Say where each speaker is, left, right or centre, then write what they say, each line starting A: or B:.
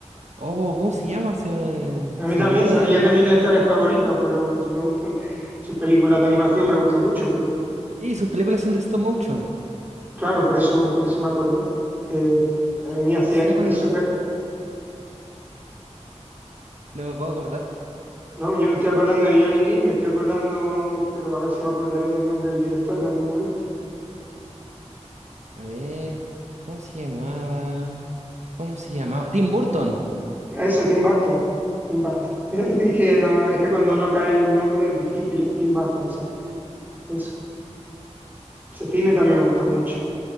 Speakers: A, on the right; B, on the right.
A: Oh, ¿cómo se llama? Se me,
B: A
A: se
B: mí también,
A: me olvida.
B: son- ella es de mis directores favoritos, pero si me gustan sus películas
A: Sí,
B: de animación, me gustan mucho, pero
A: Sí, sus películas son de stop motion.
B: claro, por eso, por eso me acordé. Eh, madre
A: Sí,
B: mía,
A: ¿cómo
B: sí,
A: se
B: es
A: llama? No,
B: es súper...
A: no, no me puedo acordar.
B: No, yo me estoy acordando de Johnny Depp, me estoy acordando, pero a ver si me acordaré del nombre del director en algún momento.
A: A ver, ¿cómo se llamaba? ¿Cómo se llamaba? Tim Burton.
B: Eso, Tim Burton, Tim Burton. <laughs> Es que, no, es que cuando no cae en un nombre es difícil, ¿eh? Tim Burton, sí. Eso. Ese cine también me gusta mucho.